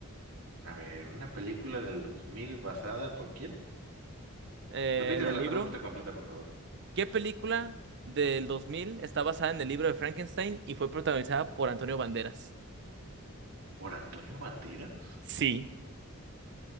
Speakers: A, on the right; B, on the right.
A: A ver, una película del 2000 basada por quién?
B: Eh,
A: Repíteme
B: en el
A: la
B: libro,
A: pregunta completa, por favor.
B: ¿qué película del 2000 está basada en el libro de Frankenstein y fue protagonizada por Antonio Banderas?
A: ¿Por Antonio Banderas?
B: Sí,